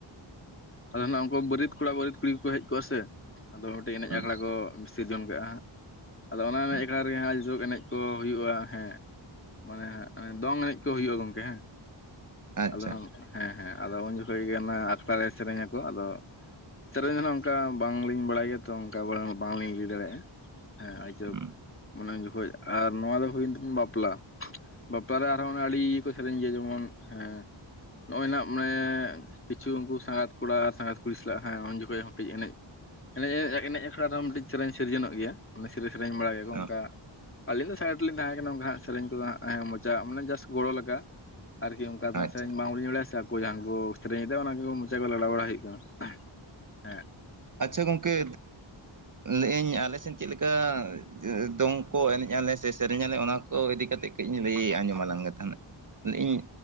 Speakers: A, on the left (about 25°); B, on the right (about 40°).
A: ᱟᱫᱚ ᱱᱟ ᱩᱱᱠᱩ ᱵᱟᱹᱨᱭᱟᱹᱛ ᱠᱚᱲᱟ ᱵᱟᱹᱨᱭᱟᱹᱛ ᱠᱩᱲᱤ ᱠᱚᱠᱚ ᱦᱮᱡ ᱠᱚᱜᱼᱟ ᱥᱮ ᱟᱫᱚ ᱢᱤᱫᱴᱮᱡ ᱮᱱᱮᱡ
B: ᱦᱩᱸ
A: ᱟᱠᱷᱲᱟ ᱠᱚ ᱥᱤᱨᱡᱚᱱ ᱠᱟᱜᱼᱟ ᱦᱟᱸᱜ ᱟᱫᱚ ᱚᱱᱟ ᱮᱱᱮᱡ
B: ᱦᱩᱸ
A: ᱟᱠᱷᱲᱟ ᱨᱮᱜᱮ ᱡᱩᱜᱽ ᱮᱱᱮᱡ ᱠᱚ ᱦᱩᱭᱩᱜᱼᱟ ᱦᱮᱸ ᱢᱟᱱᱮ ᱫᱚᱝ ᱮᱱᱮᱡ ᱠᱚ ᱦᱩᱭᱩᱜᱼᱟ ᱜᱚᱝᱠᱮ ᱦᱮᱸ
B: ᱟᱪᱪᱷᱟ
A: ᱟᱫᱚ ᱦᱮᱸ ᱦᱮᱸ ᱟᱫᱚ ᱩᱱ ᱡᱚᱠᱷᱮᱡ ᱜᱮ ᱚᱱᱟ ᱟᱠᱷᱲᱟ ᱨᱮ ᱥᱮᱨᱮᱧᱟᱠᱚ ᱟᱫᱚ ᱥᱮᱨᱮᱧ ᱫᱚ ᱱᱟᱦᱟᱜ ᱚᱱᱠᱟ ᱵᱟᱝᱞᱤᱧ ᱵᱟᱲᱟᱭ ᱜᱮᱭᱟ ᱛᱚ ᱚᱱᱠᱟ ᱵᱟᱝᱞᱤᱧ ᱞᱟᱹᱭ ᱫᱟᱲᱮᱭᱟᱜᱼᱟ ᱦᱮᱸ ᱟᱡᱡᱚᱠ
B: ᱦᱩᱸ
A: ᱢᱟᱱᱮ ᱡᱚᱠᱷᱚᱡ ᱟᱨ ᱱᱚᱣᱟ ᱫᱚ ᱦᱩᱭᱮᱱ ᱛᱟᱵᱱᱟ ᱵᱟᱯᱞᱟ ᱵᱟᱯᱞᱟᱟᱨᱮ ᱟᱨᱦᱚᱸ ᱚᱱᱮ ᱟᱹᱰᱤ ᱠᱚ ᱥᱮᱨᱮᱧ ᱜᱮᱭᱟ ᱡᱮᱢᱚᱱ ᱦᱮᱸ ᱱᱚᱜᱼᱚᱭ ᱢᱟᱱᱮ ᱠᱤᱪᱷᱩ ᱩᱱᱠᱩ ᱥᱟᱸᱜᱟᱛ ᱠᱚᱲᱟ ᱥᱟᱸᱜᱟᱛ ᱠᱩᱲᱤ ᱥᱟᱞᱟᱜ ᱦᱮᱸ ᱩᱱ ᱡᱚᱠᱷᱚᱱᱴᱤᱡ ᱮᱱᱮᱡ ᱮᱱᱮᱡ ᱮᱱᱮᱡ ᱟᱠᱷᱲᱟ ᱨᱮᱦᱚᱸ ᱢᱤᱫᱴᱤᱡ ᱥᱮᱨᱮᱧ ᱥᱤᱨᱡᱚᱱᱚᱜ ᱜᱮᱭᱟ ᱢᱟᱱᱮ ᱥᱮᱨᱮᱧ ᱥᱮᱨᱮᱧ ᱵᱟᱲᱟᱭ ᱜᱮᱭᱟᱠᱚ
B: ᱚ
A: ᱚᱱᱠᱟ ᱟᱞᱤᱧ ᱫᱚ ᱥᱟᱭᱤᱰ ᱨᱮᱞᱤᱧ ᱛᱟᱦᱮᱸ ᱠᱟᱱᱟ ᱠᱟ ᱦᱟᱜ ᱥᱮᱨᱮᱧ ᱮ ᱢᱚᱡᱟ ᱢᱟᱱᱮ ᱡᱚᱥᱴ ᱜᱚᱲᱚ ᱞᱮᱠᱟ ᱟᱨᱠᱤ ᱚᱱᱠᱟ ᱫᱚ
B: ᱟᱪᱪᱷᱟ
A: ᱦᱟᱸᱜ ᱥᱮᱧ ᱵᱟᱝᱞᱤᱧ ᱵᱟᱲᱟᱭ ᱥᱮ ᱟᱠᱚ ᱡᱟᱦᱟᱸᱭ ᱠᱚ ᱥᱮᱨᱮᱧᱮᱫᱟ ᱚᱱᱟ ᱠᱚ ᱢᱚᱪᱟ ᱠᱚ ᱞᱟᱲᱟᱣ ᱵᱟᱲᱟ ᱦᱩᱭᱩᱜ ᱠᱟᱱᱟ ᱦᱮᱸ
B: ᱟᱪᱷᱟ ᱜᱚᱝᱠᱮ ᱞᱟᱹᱭᱟᱧ ᱟᱞᱮ ᱥᱮᱱ ᱪᱮᱫ ᱞᱮᱠᱟ ᱫᱚᱝ ᱠᱚ ᱮᱱᱮᱡ ᱟᱞᱮ ᱥᱮ ᱥᱮᱨᱮᱧ ᱟᱞᱮ ᱚᱱᱟ ᱠᱚ ᱤᱫᱤ ᱠᱟᱛᱮᱜ ᱠᱟᱹᱡ ᱤᱧ ᱞᱟᱹᱭ ᱟᱸᱡᱚᱢ ᱟᱞᱟᱝ ᱜᱮ ᱛᱟᱦᱮᱱᱟ ᱤᱧ